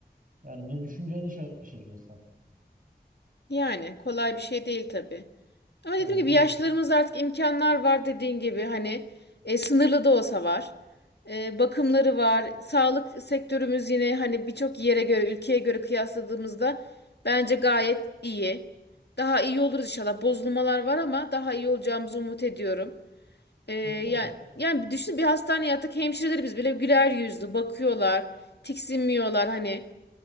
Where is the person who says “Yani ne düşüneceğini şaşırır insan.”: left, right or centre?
Right